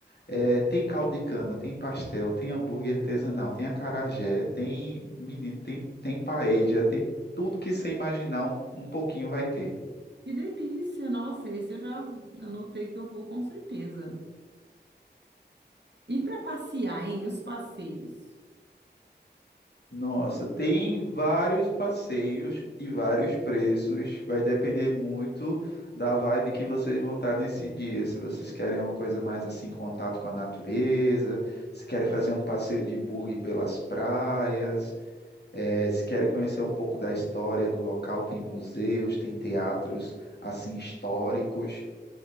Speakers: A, on the left (about 65°); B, on the right (about 70°).
A: É, tem caldo de cana, tem pastel, tem hambúrguer artesanal, tem acarajé, tem menino, tem, tem paella, tem tudo que você imaginar um, um pouquinho vai ter.
B: que delícia! Nossa, esse eu já anotei que eu vou com certeza. E para passear, hein? Os passeios.
A: Nossa, tem vários passeios de vários preços, vai depender muito da vibe que vocês vão estar nesse dia. Se vocês querem uma coisa mais assim, contato com a natureza, se querem fazer um passeio de buggy pelas praias. É, se querem conhecer um pouco da história do local, tem museus, tem teatros assim históricos.